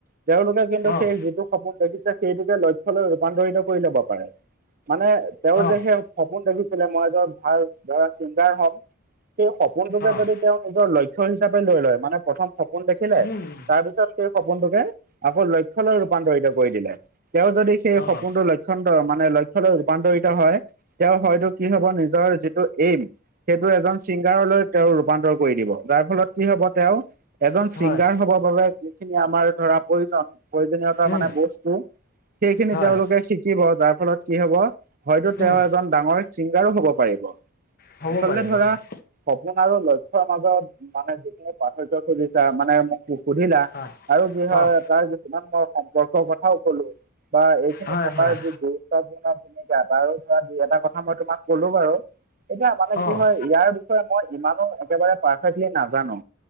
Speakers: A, on the right; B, on the left.
A: তেওঁলোকে কিন্তু
B: অ',
A: সেই যিটো সপোন দেখিছে, সেইটোকে লক্ষ্য লৈ ৰূপান্তৰিত কৰি ল'ব পাৰে। মানে তেওঁ
B: অ',
A: যে সেই সপোন দেখিছিলে মই এজন ভাল ধৰা চিংগাৰ হম। সেই সপোনটোকে
B: অ',
A: যদি তেওঁ নিজৰ লক্ষ্য হিচাপে লৈ লয়, মানে প্ৰথম সপোন দেখিলে
B: উম, উম,
A: তাৰপিছত সেই সপোনটোকে আকৌ লক্ষ্য লৈ ৰূপান্তৰিত কৰি দিলে। তেওঁ যদি সেই সপোনটো
B: অ',
A: লক্ষন্তৰ মানে লক্ষ্য লৈ ৰূপান্তৰিত হয়। তেওঁ হয়তো কি হ'ব নিজৰ যিটো এইম সেইটো এজন ছিংগাৰলৈ তেওঁ ৰূপান্তৰ কৰি দিব, যাৰ ফলত কি হ'ব তেওঁ এজন চিংগাৰ
B: হয়
A: হ'বৰ বাবে যিখিনি আমাৰ ধৰা প্ৰয়োজন, প্ৰয়োজনীয়তা
B: উম,
A: মানে বস্তু সেইখিনি
B: হয়
A: তেওঁলোকে শিকিব। যাৰ ফলত কি হ'ব? হয়তো তেওঁ
B: উম,
A: এজন ডাঙৰ ছিংগাৰো হ'ব পাৰিব।
B: হ'ব
A: আচলতে
B: পাৰিব
A: ধৰা
B: হয়
A: সপোন আৰু লক্ষ্যৰ মাজত মানে যিখিনি পাৰ্থক্য খুজিছা মানে মোক সু সুধিলা
B: হয়
A: আৰু কি হয়
B: অ',
A: তাৰ কিছুমান মই সম্পৰ্কৰ কথাও কলো। বা এইখিনি
B: হয়
A: থকাৰ
B: হয়
A: যি গুৰুত্বপুৰ্ণ ভূমিকা তাৰো ধৰা দুই এটা কথা মই তোমাক ক'লো বাৰু। এতিয়া মানে কি
B: অ',
A: হয় ইয়াৰ বিষয়ে মই ইমানো একেবাৰে পাৰফেক্টলি নাজানো।